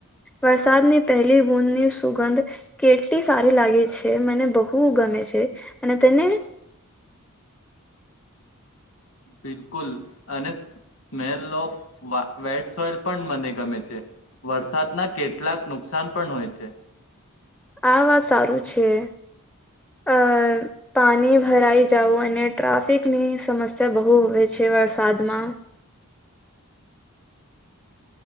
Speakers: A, in the centre; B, on the left (about 65°).
A: વરસાદની પહેલી બૂદની સુગંધ કેટલી સારી લાગી છે મને બહુ ગમે છે અને તને?
B: બિલકુલ અને સ્મેલ ઓફ વેટ સોઇલ પણ મને ગમે છે, વરસાદના કેટલાક નુકસાન પણ હોય છે.
A: આ વાત સારું છે અ પાણી ભરાઈ જવ અને ટ્રાફિકની સમસ્યા બહુ હ છે વરસાદમાં.